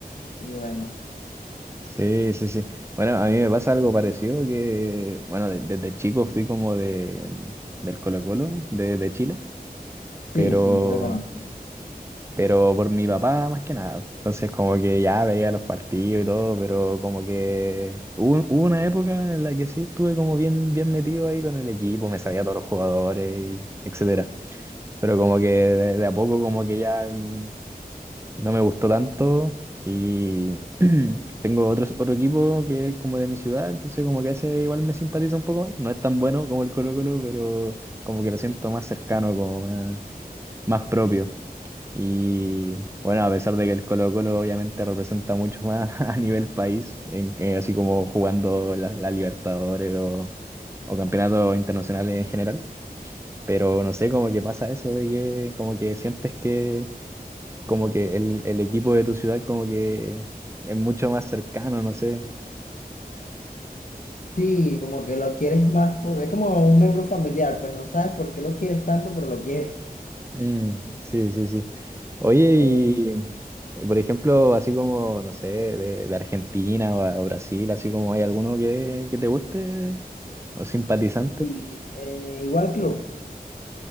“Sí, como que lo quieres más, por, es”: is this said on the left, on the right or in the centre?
Left